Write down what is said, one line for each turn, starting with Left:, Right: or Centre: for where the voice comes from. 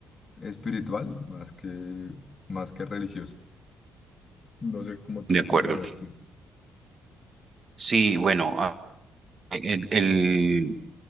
Left: espiritual más que, más que religiosa. No sé cómo, tú-
Right: de acuerdo.
Left: cómo lo veas tú.
Right: Sí, bueno, a- el, el-